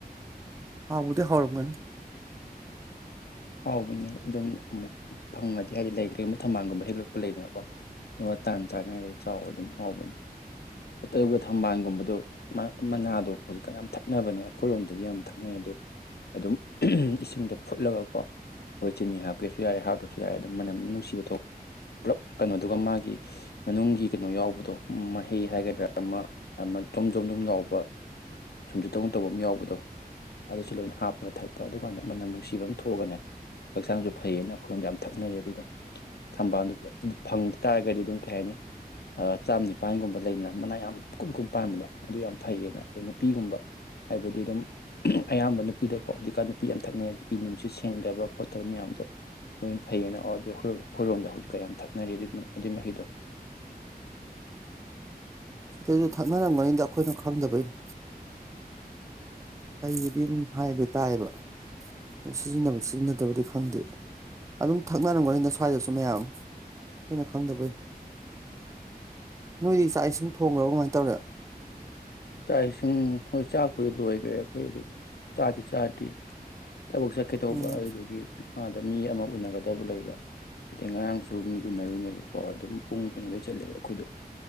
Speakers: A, on the right; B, on the left.
A: ꯑꯕꯨꯗꯤ ꯍꯔꯝꯒ
B: ꯍꯥꯎꯕꯅꯦ ꯑꯗꯨꯝ ꯑꯃꯨꯛ ꯐꯪꯒꯅꯤ ꯑ ꯍꯥꯏꯗꯤ ꯂꯥꯏꯔꯤꯩꯒꯨꯝ ꯊꯝꯃꯜꯒꯨꯝ ꯍꯦꯜꯂꯛ ꯂꯩꯗꯅꯀꯣ ꯑꯗꯨꯒ ꯇꯥꯟ ꯆꯥꯅ ꯍꯥꯏꯔꯦ ꯆꯥꯎꯕ ꯑꯗꯨꯝ ꯍꯥꯎꯕꯅꯦ ꯑ ꯇ <unintelligible> ꯊꯝꯕꯥꯜꯒꯨꯝꯕꯗ ꯃꯅꯥ ꯑꯗꯣ ꯍꯧꯖꯤꯛꯀꯥꯟ ꯌꯥꯝ ꯊꯛꯅꯕꯅꯦꯕ ꯑꯩꯈꯣꯏꯔꯣꯝꯗꯗꯤ ꯌꯥꯝ ꯊꯛꯅꯩ ꯑꯗꯣ ꯑꯗꯨꯝ ꯏꯁꯤꯡꯗꯣ ꯐꯨꯠꯂꯒꯀꯣ ꯃꯣꯏ ꯆꯤꯅꯤ ꯍꯥꯞꯀꯦꯁꯨ ꯌꯥꯔꯦ ꯍꯥꯞꯇ꯭ꯔꯕꯁꯨ ꯌꯥꯔꯦ ꯑꯗꯨꯝ ꯃꯅꯝ ꯅꯨꯡꯁꯤꯕ ꯊꯣꯛ ꯄꯨꯂꯞ ꯀꯩꯅꯣꯗꯨꯒ ꯃꯥꯒꯤ ꯃꯅꯨꯡꯒꯤ ꯀꯩꯅꯣ ꯌꯥꯎꯕꯗꯣ ꯃꯍꯩ ꯍꯥꯏꯒꯗ꯭ꯔꯥ ꯑꯃ ꯑꯃ ꯆꯣꯝ ꯖꯣꯝ ꯖꯣꯝ ꯌꯥꯎꯕ ꯁꯨꯝꯁꯨꯨ ꯇꯧ ꯇꯧꯕ ꯑꯃ ꯌꯥꯎꯕꯗꯣ ꯑꯗꯨꯁꯨ ꯂꯣꯏꯅ ꯍꯥꯞꯄꯒ ꯊꯛꯄ ꯑꯗꯨꯀꯥꯟꯗ ꯃꯅꯝ ꯅꯨꯡꯁꯤꯕ ꯑꯃ ꯊꯣꯛꯑꯒꯅꯦ ꯍꯛꯆꯥꯡꯁꯨ ꯐꯩꯌꯦꯅ ꯑꯩꯈꯣꯏꯔꯣꯝꯗ ꯌꯥꯝ ꯊꯛꯅꯔꯦ ꯑꯗꯨꯏꯗꯣ ꯊꯝꯕꯥꯜꯗꯨ ꯑꯗꯨ ꯐꯪ ꯇꯥꯔꯒꯗꯤ ꯑꯗꯨꯝ ꯀꯩ ꯍꯥꯏꯅꯤ ꯆꯥꯝ ꯅꯤꯄꯥꯟꯒꯨꯝꯕ ꯂꯩꯗꯅ ꯃꯅꯥ ꯌꯥꯝ ꯀꯨꯝ ꯀꯨꯝ ꯄꯥꯟꯕꯗꯣ ꯑꯗꯨ ꯌꯥꯝ ꯐꯩꯌꯦꯅ ꯑꯗꯩ ꯅꯨꯄꯤꯒꯨꯝꯕ ꯍꯥꯏꯕꯗꯤ ꯑꯗꯨꯝ ꯑꯌꯥꯝꯕ ꯅꯨꯄꯤꯗꯀꯣ ꯍꯧꯖꯤꯛꯀꯥꯟ ꯅꯨꯄꯤ ꯌꯥꯝ ꯊꯛꯅꯩ ꯍꯥꯏꯗꯤ ꯏ ꯅꯨꯡꯁꯤꯠ ꯁꯦꯡꯗꯕ ꯈꯣꯠꯇꯕ ꯃꯌꯥꯝꯗꯣ ꯂꯣꯏ ꯐꯩꯌꯦꯅ ꯑꯗꯨ ꯑꯩꯈꯣꯏꯔꯣꯝꯗ ꯍꯧꯖꯤꯛꯀ ꯌꯥꯝ ꯊꯛꯅꯔꯤ ꯑꯗꯨꯏ ꯃꯍꯤꯗꯣ
A: ꯑꯗꯨꯁꯨ ꯊꯛꯅꯔꯝꯒꯅꯤꯗ ꯑꯩꯈꯣꯏꯅ ꯈꯪꯗꯕꯩꯅꯤ ꯐꯩꯗꯤ ꯑꯗꯨꯝ ꯍꯥꯏꯔꯗꯤ ꯇꯥꯏꯌꯦꯕ ꯑꯗꯨ ꯁꯤꯖꯤꯟꯅꯕ ꯁꯤꯖꯤꯟꯅꯗꯕꯗꯤ ꯈꯪꯗꯦ ꯑꯗꯨꯝ ꯊꯛꯅꯔꯝꯒꯅꯤꯅ ꯁ꯭ꯋꯥꯏꯗꯁꯨ ꯃꯌꯥꯝ ꯑꯩꯈꯣꯏꯅ ꯈꯪꯗꯕꯩꯅꯤ ꯅꯣꯏꯗꯤ ꯆꯥꯛ ꯏꯁꯤꯡ ꯊꯣꯡꯈ꯭ꯔꯣ ꯀꯃꯥꯏꯅ ꯇꯧꯔꯦ
B: ꯆꯥꯛ ꯏꯁꯤꯡ ꯍꯣꯏ ꯆꯥꯛꯄꯗ ꯂꯣꯏꯈ꯭ꯔꯦ ꯑꯩꯈꯣꯏ ꯑꯗꯨ ꯆꯥꯗꯤ ꯆꯥꯗꯦ ꯊꯕꯛ ꯆꯠꯀꯦ ꯇꯧꯕ
A: ꯎꯝ
B: ꯑꯗꯨꯗꯨꯒꯤ ꯑꯥꯗ ꯃꯤ ꯑꯃ ꯎꯅꯒꯗꯕ ꯂꯩꯕ ꯑꯗꯩ ꯉꯔꯥꯡꯁꯨ ꯃꯤ ꯎꯅꯔꯨꯅꯦꯕꯀꯣ ꯑꯗꯨꯝ ꯄꯨꯡ ꯀꯩꯅꯣꯗꯩ ꯆꯠꯂꯛꯑꯦ ꯑꯩꯈꯣꯏꯗꯣ